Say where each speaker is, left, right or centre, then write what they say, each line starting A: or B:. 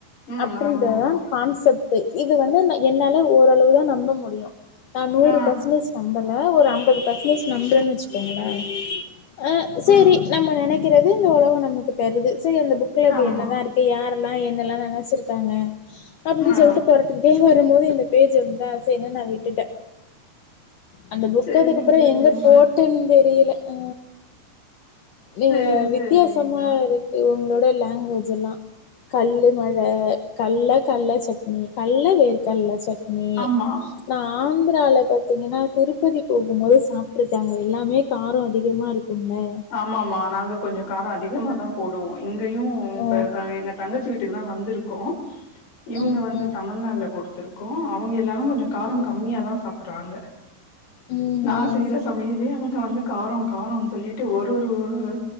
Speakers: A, on the left; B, on the left.
A: ம்
B: அப்டின்றதுதா
A: ஆமா ஆமா
B: கான்செப்ட்டே இது வந்து என்னால ஓரளவுதா நம்ப முடியும் நா நூறு
A: ஆ
B: பர்சன்டேஜ் நம்பல ஒரு அம்பது பர்சன்டேஜ் நம்புறேன்னு வச்சுக்கோங்களே ஆ சேரி
A: ம்
B: நம்ம நினைக்கிறது இந்த உழவு நமக்கு தருது சரி அந்த புக்ல அப்படி
A: ஆமா
B: என்னதா இருக்கு யாரெல்லா என்னெல்லா நினைச்சிருக்காங்க அப்படின்னு
A: ஆ
B: சொல்லிட்டு புறட்டுக்கிட்டே வரும்போது இந்த பேஜ் வந்ததா சேரினு நா விட்டுட்டே அந்த புக்
A: சேரி
B: அதுக்குப்புற
A: சேரிம்மா
B: எங்க போட்டேன்னு தெரியல ஆ எ
A: சேரி சேரிங்க
B: வித்தியாசமா இருக் கு இவுங்களோட லாங்குவேஜ் எல்லா கல்லு மழை கல்ல கல்ல சட்னி கல்ல வேர்கடல சட்னி
A: ஆமா
B: நான் ஆந்திராவில பாத்தீங்கன்னா திருப்பதி போகும் போது சாப்பிடருக்க அங்க எல்லாமே காரம் அதிகமா இருக்கு கும்ல
A: ஆமாமா நாங்க கொஞ்ச காரம் அதிகமாதா போடுவோ இங்கயு இப்ப
B: ஆ
A: எங்க தங்கச்சி வீட் டுக்கு தா வந்திருக்கோ இவுங்க
B: ம்
A: வந்து
B: ம்
A: தமிழ்நாடுல குடுத்துருக்கோ அங்க அவுங்க எல்லாரு கொஞ்ச காரம்
B: ம்
A: கம்மியா தா சாப்பட்றாங்க
B: ம்
A: நா
B: ம்
A: சாப் டுகிற சமையலே அவக்கு வந்து காரம் காரம்னு சொல்லிட்டு ஒரு ஒரு